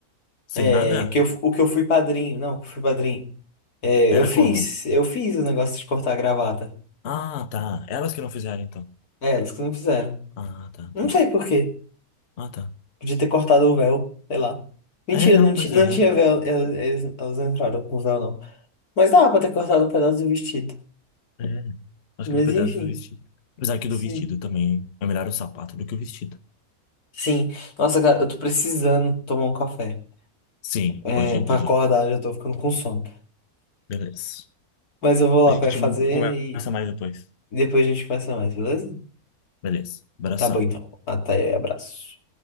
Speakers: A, on the left; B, on the left.
A: Sem
B: É,
A: nada?
B: que eu, o que eu fui padrinho. Não, que eu fui padrinho. É, eu
A: Era
B: fiz,
A: como?
B: eu fiz o negócio de cortar a gravata.
A: Ah, tá. Elas que não fizeram, então.
B: É, eles que não fizeram.
A: Ah, tá,
B: Não
A: tá.
B: sei por quê.
A: Ah, tá.
B: Podia ter cortado o véu, sei lá. Mentira,
A: É, não,
B: não, ti,
A: pois
B: não
A: é.
B: tinha véu. Elas, eles- elas não entraram com véu, não. Mas dava pra ter cortado um pedaço do vestido.
A: É. Acho
B: Mas
A: que do pedaço
B: enfim,
A: do vestido. Apesar que
B: sim.
A: do vestido também é melhor o sapato do que o vestido.
B: Sim. Nossa, cara, eu tô precisando tomar um café.
A: Sim,
B: É,
A: pode ir,
B: pra
A: pode
B: acordar,
A: ir.
B: eu já tô ficando com sono.
A: Beleza.
B: Mas eu vou
A: A
B: lá
A: gente
B: pra fazer
A: conversa
B: e
A: mais depois.
B: depois a gente conversa mais, beleza?
A: Beleza. Abração.
B: Tá bom então. Até, abraço.